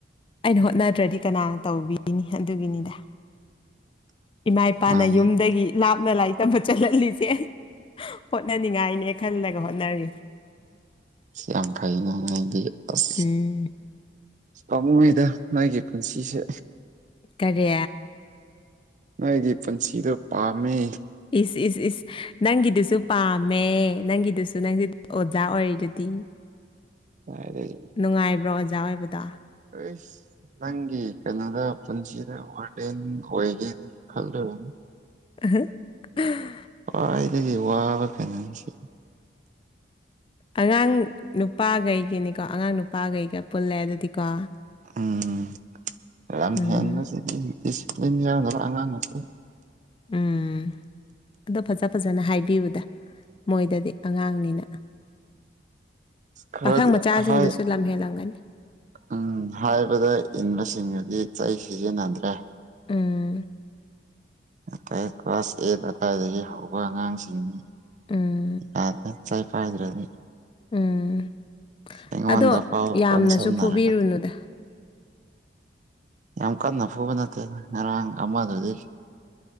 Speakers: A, on the left; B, on the right.
A: ꯑꯩꯅ ꯍꯣꯠꯅꯗ꯭ꯔꯗꯤ ꯀꯅꯥꯅ ꯇꯧꯕꯤꯅꯤ ꯑꯗꯨꯒꯤꯅꯤꯗ ꯏꯃꯥ ꯏꯄꯥꯅ
B: ꯃꯥꯅꯤ
A: ꯌꯨꯝꯗꯒꯤ ꯂꯥꯞꯅ ꯂꯥꯏꯔꯤꯛ ꯇꯝꯕ ꯆꯠꯍꯜꯂꯤꯁꯦ ꯍꯣꯠꯅꯅꯤꯡꯉꯥꯏꯅꯦ ꯈꯜꯂꯒ ꯍꯣꯠꯅꯔꯤ
B: ꯌꯥꯝ ꯐꯩꯅꯦ ꯅꯣꯏꯗꯤ ꯑꯁ
A: ꯎꯝ
B: ꯄꯥꯝꯃꯨꯏꯗ ꯅꯣꯏꯒꯤ ꯄꯨꯟꯁꯤꯁꯦ
A: ꯀꯔꯤ
B: ꯅꯣꯏꯒꯤ ꯄꯨꯟꯁꯤꯗꯣ ꯄꯥꯝꯃꯦ
A: ꯏꯁ ꯏꯁ ꯏꯁ ꯅꯪꯒꯤꯗꯨꯁꯨ ꯄꯥꯝꯃꯦ ꯅꯪꯒꯤꯗꯨꯁꯨ ꯅꯪꯁ ꯑꯣꯖꯥ ꯑꯣꯏꯔꯤꯗꯨꯗꯤ <inaudible>
B: <unintelligible>
A: ꯅꯨꯡꯉꯥꯏꯕ꯭ꯔꯣ ꯑꯣꯖꯥ ꯑꯣꯏꯕꯗꯣ
B: ꯏꯁ ꯅꯪꯒꯤ ꯀꯩꯅꯣꯗ ꯄꯨꯟꯁꯤꯗ ꯋꯥꯔꯗꯦꯟ ꯑꯣꯏꯒꯦꯅ ꯈꯜꯂꯨꯔꯅꯨꯗ
A: ꯑꯍ <unintelligible>
B: ꯈ꯭ꯋꯥꯏꯗꯒꯤ ꯋꯥꯕ ꯈꯩꯅꯁꯤ
A: ꯑꯉꯥꯡ ꯅꯨꯄꯥꯈꯩꯒꯤꯅꯤꯀꯣ ꯑꯉꯥꯡ ꯅꯨꯄꯥꯈꯩꯒ ꯄꯨꯜꯂꯦ ꯑꯗꯨꯗꯤꯀꯣ
B: ꯎꯝ ꯌꯥꯝ
A: ꯎꯝ
B: ꯍꯦꯟꯕꯁꯤꯗꯤ ꯗꯤꯁꯤꯄ꯭ꯂꯤꯟ ꯌꯥꯅꯕ ꯑꯉꯥꯡ ꯉꯥꯛꯇꯥ
A: ꯎꯝ ꯑꯗꯣ ꯐꯖ ꯐꯖꯅ ꯍꯥꯏꯕꯤꯌꯨꯗ ꯃꯣꯏꯗꯗꯤ ꯑꯉꯥꯡꯅꯤꯅ
B: ꯈꯔ
A: ꯄꯥꯈꯪ ꯃꯆꯥꯁꯤꯡꯗꯨꯁꯨ
B: ꯍꯥꯏ
A: ꯂꯝ ꯍꯦꯜꯂꯝꯒꯅꯤ
B: ꯎꯝ ꯍꯥꯏꯕꯗ ꯏꯟꯕꯁꯤꯡꯅꯗꯤ ꯆꯩ ꯁꯤꯖꯤꯟꯅꯗ꯭ꯔꯦ
A: ꯎꯝ
B: ꯑꯗꯩ ꯀ꯭ꯂꯥꯁ ꯑꯦꯠ ꯑꯗꯨꯋꯥꯏꯗꯒꯤ ꯍꯧꯕ ꯑꯉꯥꯡꯁꯤꯡꯅꯤ
A: ꯎꯝ
B: <unintelligible>
A: ꯎꯝ
B: ꯑꯩꯉꯣꯟꯗꯐꯥꯎ
A: ꯑꯗꯣ ꯌꯥꯝꯅꯁꯨ
B: ꯑꯣꯟꯁꯟꯅꯔꯒ
A: ꯐꯨꯕꯤꯔꯨꯅꯨꯗ
B: ꯌꯥꯝ ꯀꯥꯟꯅ ꯐꯨꯕ ꯅꯠꯇꯦ ꯉꯔꯥꯡ ꯑꯃꯗꯨꯗꯤ